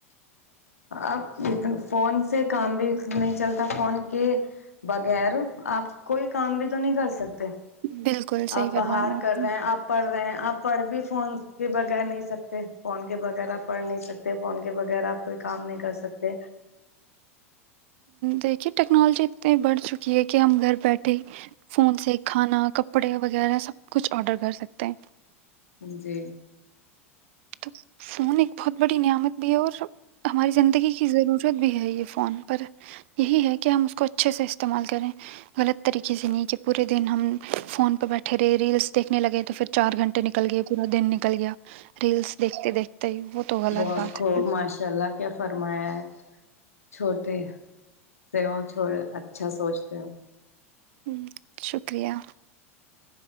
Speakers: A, on the left; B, on the right.
A: اب ا فون سے کام بھی نہیں چلتا فون کے بغیر آپ کوئی کام بھی تو نہیں کر سکتے
B: بالکل صحیح
A: آپ باہر
B: فرمایا آپ
A: کر رہے
B: نے
A: ہیں آپ پڑھ رہے ہیں آپ پڑھ بھی فون کے بغیر نہیں سکتے فون کے بغیرہ آپ پڑھ نہیںک سکتے فون کے بغیر آپ کوئی کام نہیں کر سکتے
B: دیکھیے ٹیکنالوجی اتنی بڑھ چکی ہے کہ ہم گھر بیٹھے فون سے کھانا کپڑے وغیرہ سب کچھ آرڈر کر سکتے ہیں
A: جی
B: تو فون ایک بہت بڑی نعمت بھی ہے اور ہماری زندگی کی ضرورت بھی ہے یہ فون پر یہی ہے کہ ہم اس کو اچھے سے استعمال کریں غلط طریقے سے نہیں کہ پورے دن ہم فون بیٹھے رہے ریلس سے نے لگے تو پھر چار گھنٹے نکل گئے پورا دن ککل گیا ریلس دیکھتے دیکھتے ہی وہ تو غلط
A: بہت
B: بات
A: خوب
B: ہے
A: ماشاء اللہ کیا فرمایا ہے چھوٹے سے ہ چھو اچھا سوچتے ہو
B: ہ شکریہ